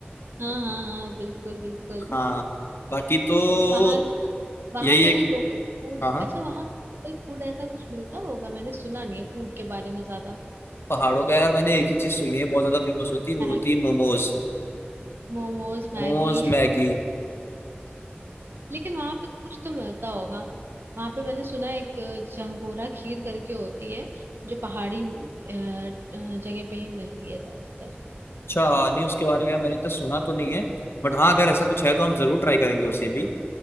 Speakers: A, on the right; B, on the left.
A: हाँ हाँ हाँ बिल्कुल बिल्कुल
B: हाँ बाकी
A: <laughs>
B: तो
A: वहाँ का वहाँ
B: यही
A: का
B: एक
A: जो लोकल फूड
B: हाँ हाँ
A: अच्छा वहाँ का लोकल फूड ऐसा कुछ मिलता होगा मैंने सुना नहीं है फूड के बारे में ज्यादा
B: पहाड़ों का यार मैंने एक ही चीज सुनी है बहुत ज्यादा फेमस होती है वो
A: Maggi
B: होती है मोमोज
A: momos Maggi
B: मोमोज मैगी
A: लेकिन वहां पे तो कुछ तो मिलता होगा वहां पे मैंने सुना है एक जंगोरा खीर करके होती है जो पहाड़ी अ, अ, जगह पे ही मिलती है ज्यादातर
B: अच्छा नहीं उसके बारे में यार मैंने इतना सुना तो नहीं है बट हाँ अगर ऐसा कुछ है तो हम जरूर ट्राई करेंगे उसे भी